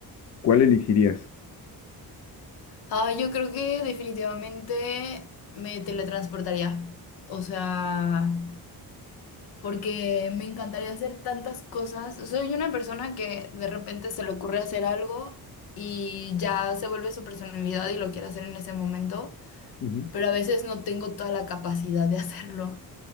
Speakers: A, on the left; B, on the left.
A: ¿Cuál elegirías?
B: Ah, yo creo que definitivamente me teletransportaría. O sea... porque me encantaría hacer tantas cosas. Soy una persona que de repente se le ocurre hacer algo y ya se vuelve su personalidad y lo quiere hacer en ese momento,
A: Ujú.
B: pero a veces no tengo toda la capacidad de <laughs> hacerlo.